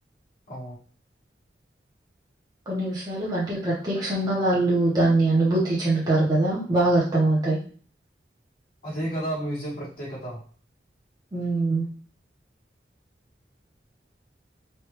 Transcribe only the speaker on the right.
కొన్ని విషయాలు అంటే ప్రత్యక్షంగా వాళ్ళు దాన్ని అనుభూతి చెందుతారు కదా బాగా అర్థంమవుతాయ్
హ్మ్.